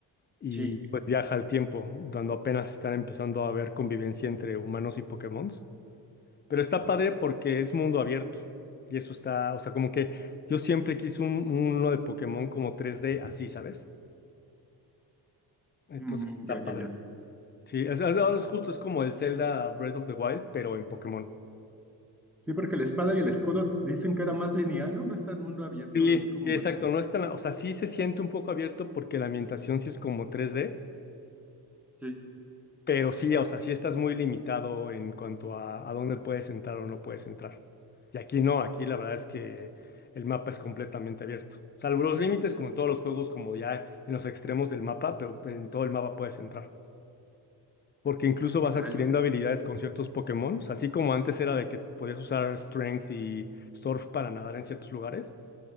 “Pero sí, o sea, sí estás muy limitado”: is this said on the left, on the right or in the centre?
Left